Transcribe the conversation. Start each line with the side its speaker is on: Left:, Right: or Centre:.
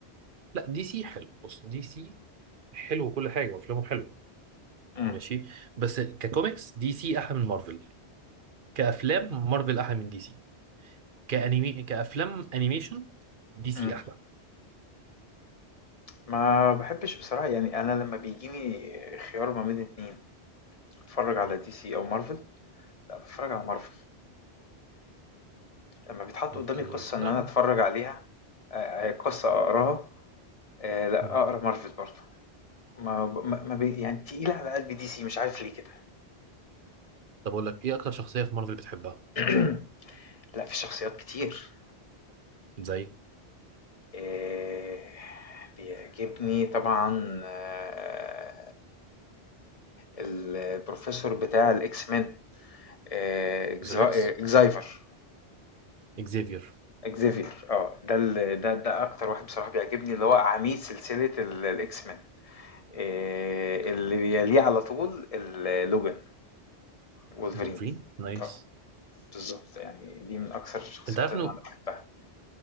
Right: لا دي سي حلو بص دي سي حلو وكل حاجه وافلامه حلوه
Left: مم.
Right: ماشي بس ككوميكس دي سي احلى من مارفل كافلام مارفل احلى من دي سي كانيمي كافلام انيميشن دي سي
Left: مم.
Right: احلى
Left: ما بحبش بصراحة يعني انا لما بيجيني خيار ما بين اتنين اتفرج على
Right: مم.
Left: دي سي او مارفل لا بتفرج على مارفل لما بيتحط
Right: اوكي
Left: قدامي قصة ان
Right: لا
Left: انا اتفرج عليها آه، آه، قصة اقراها آه، لا
Right: مم.
Left: اقرا مارفل برضه ما ب... ما ما بي... يعني تقيلة على قلبي دي سي مش عارف ليه كده
Right: طب اقول لك ايه اكتر شخصيه في مارفل بتحبها
Left: <clears throat> لا في شخصيات كتير
Right: زي
Left: إيه... بيعجبني طبعا آه، البروفيسور بتاع الاكس مان اكزايفر
Right: زر اكس اكزيفير
Left: اكزيفير اه ده ال... ده ده اكتر واحد بصراحة بيعجبني اللي هو عميد سلسلة ال- الاكس مان إيه... اللي بيليه على طول ال- لوجان وولفرين
Right: ولفرين <laughs> نايس
Left: اه بالظبط يعني دي من اكثر الشخصيات
Right: انت عارف
Left: اللي
Right: انه
Left: انا بحبها